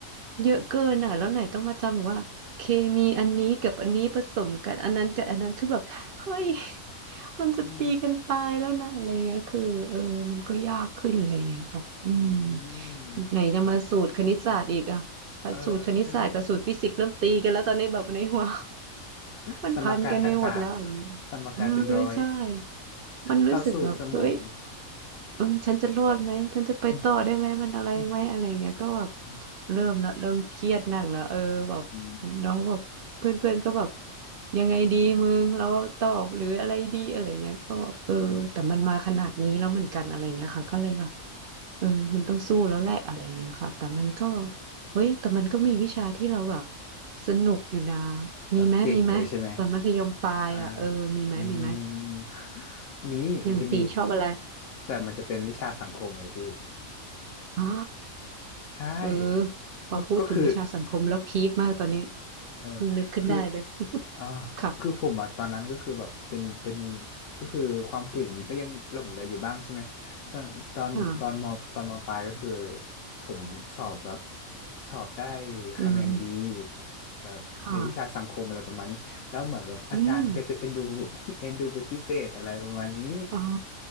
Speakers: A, on the right (about 70°); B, on the left (about 65°).
A: เยอะเกินอ่ะแล้วไหนต้องมาจำว่าเคมีอันนี้กับอันนี้ผสมกันอันนั้นกับอันนั้นคือแบบเฮ้ย <laughs> มันจะตีกันตายแล้วนะอะไรเงี้ยคือเออมันก็ยากขึ้นอะไรเงี้ยครับอืม
B: อืมอืม
A: ไหนจะมาสูตรคณิตศาสตร์อีกอ่ะ
B: เออใช่ไหม
A: สูตรคณิตศาสตร์กับสูตรฟิสิกส์เริ่มตีกันแล้วตอนนี้แบบในหัว
B: <laughs>
A: มันพันกันไปหมดแล้วอะไรอย่างเงี้ยเออ
B: สมการต่างๆ สมการเป็นร้อย
A: ใช่ มันรู้สึกแบบเฮ้ย
B: เข้าสู่สมอง
A: เออฉันจะรอดไหมฉันจะไปต่อได้ไหมมันอะไรไหมอะไรอย่างเงี้ยก็แบบ
B: อืมอื
A: เริ่มละเริ่มเครียดหนักแล้วเออแบบ
B: ม
A: น้องแบบเพื่อนเพื่อนก็แบบยังไงดีมึงเราตอบหรืออะไรดีอะไรอย่างเงี้ยก็เออแต่มันมาขนาดนี้แล้วเหมือนกันอะไรอย่างเงี้ยค่ะก็เลยแบบ
B: อืม
A: เออมันต้องสู้แล้วแหละอะไรอย่างเงี้ยค่ะ แต่มันก็ เฮ้ยแต่มันก็มีวิชาที่เราแบบสนุกอยู่นะ
B: แบบเก่งเลยใช่ไหม
A: มีไหมมีไหมตอนมัธยมปลายอ่ะเออมีไหมมีไหม
B: อ่าอืมมีมันจะมี
A: อย่างตีชอบอะไร
B: แต่มันจะเป็นวิชาสังคมไงพี่
A: อ๋อ
B: <laughs> ใช่
A: เออพอพูดถึงวิชาสังคมแล้วพีคมากตอนนี้
B: ก็ก็คือ เออ
A: เพิ่งนึกขึ้นได้เลย
B: คือ
A: <laughs>
B: อ่า
A: ค่ะ
B: คือผมอ่ะตอนนั้นก็คือแบบเป็นเป็นก็คือความเก่งก็ยังหลงเหลืออยู่บ้างใช่ไหมตอนตอนตอนมตอนมปลายก็คือ
A: ค่ะ
B: ผมสอบแบบสอบได้
A: อืม
B: คะแนนดีเอ่อในวิชาสังคมอะไรประมาณนี้แล้วเหมือนแบบอาจารย์แกจะเอ็นดู
A: ค่ะอืม
B: <laughs> เอ็นดูเป็นพิเศษอะไรประมาณนี้
A: อ๋อ